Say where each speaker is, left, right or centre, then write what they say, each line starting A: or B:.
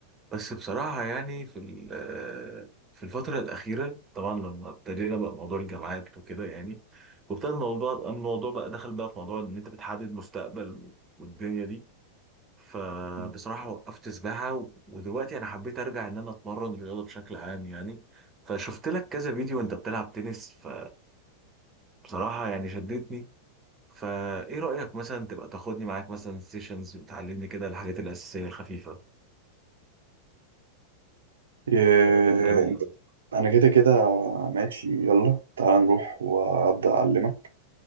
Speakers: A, on the right; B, on the right.
A: بس بصراحه يعني في ال- آه، في الفتره الاخيره طبعا لما ابتدينا بقى موضوع الجامعات وكده يعني وابتدى الموضوع الموضوع بقى دخل بقى في موضوع ان انت بتحدد مستقبل والدنيا دي فبصراحه
B: مم.
A: وقفت سباحه و- ودلوقتي انا حبيت ارجع ان انا اتمرن رياضه بشكل عام يعني فشفت لك كذا فيديو وانت بتلعب تنس ف بصراحة يعني شدتني فايه رأيك مثلا تبقى تاخدني معاك مثلا سيشنز بتعلمني كده الحاجات الأساسية الخفيفة
B: إيه
A: يعني فاهم
B: انت انا كده كده ماشي يلا تعال نروح وابدا اعلمك